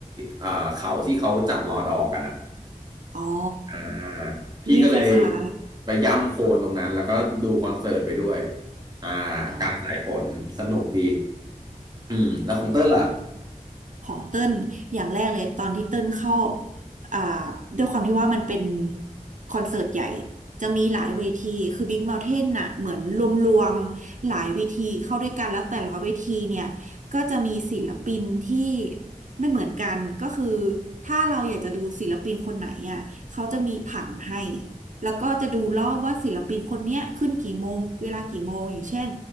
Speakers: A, on the right; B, on the right.
A: เอ่อเขาที่เขาจัดรอดอกันอ่ะ
B: อ๋อ
A: อ่าพี่ก็เลย
B: นี่คล้าย
A: ไปย่ำโคลนตรงนั้นแล้วก็ดูคอนเสิร์ตไปด้วยอ่า
B: ๆอ๋อ
A: กลางสายฝนสนุกดีอืมแล้วของเต้นล่ะ
B: ของเติ้ลอย่างแรกเลยตอนที่เติ้ลเข้าอ่าด้วยความที่ว่ามันเป็นคอนเสิร์ตใหญ่จะมีหลายเวทีคือ Big Mountain น่ะเหมือนรวมๆหลายเวทีเข้าด้วยกันแล้วแต่ละเวทีเนี่ยก็จะมีศิลปินที่ไม่เหมือนกันก็คือถ้าเราอยากจะดูศิลปินคนไหนอ่ะเขาจะมีผังให้แล้วก็จะดูรอบว่าศิลปินคนเนี้ยขึ้นกี่โมงเวลากี่โมงอย่างเช่น